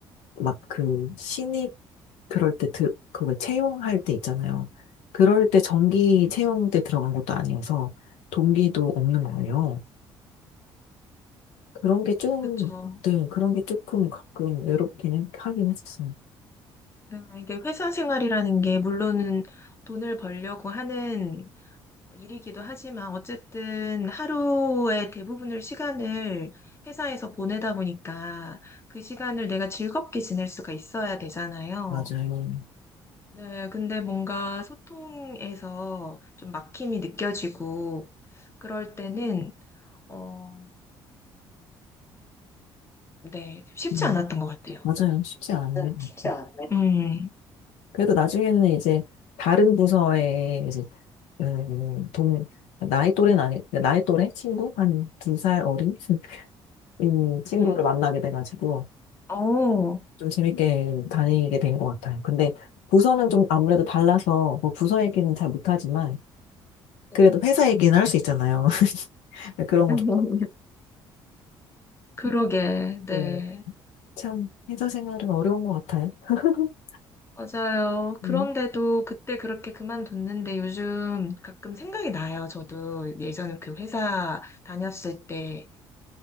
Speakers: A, on the left; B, on the left.
A: 막 그 신입 그럴 때 그 왜 채용할 때 있잖아요. 그럴 때 정기 채용 때 들어간 것도 아니어서 동기도 없는 거예요. 그런 게 좀,
B: 그쵸.
A: 네, 그런 게 조금 가끔 외롭기는 하긴 했었어요.
B: 네, 이게 회사 생활이라는 게 물론은 돈을 벌려고 하는 어, 일이기도 하지만 어쨌든 하루의 대부분을 시간을 회사에서 보내다 보니까 그 시간을 내가 즐겁게 지낼 수가 있어야 되잖아요.
A: 맞아요.
B: 네, 근데 뭔가 소통에서 좀 막힘이 느껴지고 그럴 때는 어, 네, 쉽지
A: 음,
B: 않았던 것 같아요.
A: 맞아요. 쉽지 않네요.
B: 네, 쉽지 않네. 음,
A: 그래도 나중에는 이제 다른 부서에 이제 음, 음, 동, 나이 또래는 아니, 그러니까 나이 또래? 친구? 한 두 살 어린? <laughs> 음, 친구를
B: 음,
A: 만나게 돼가지고
B: 어,
A: 좀 재밌게 다니게 된 것 같아요. 근데 부서는 좀 아무래도 달라서 뭐 부서 얘기는 잘 못하지만
B: 네.
A: 그래도 회사 얘기는 할 수 있잖아요. <laughs> 그런 거좋
B: <laughs> 그러게,
A: <laughs>
B: 네.
A: 네. 참, 회사 생활은 어려운 것 같아요. <laughs>
B: 맞아요. 그런데도
A: 음.
B: 그때 그렇게 그만뒀는데 요즘 가끔 생각이 나요. 저도 예전에 그 회사 다녔을 때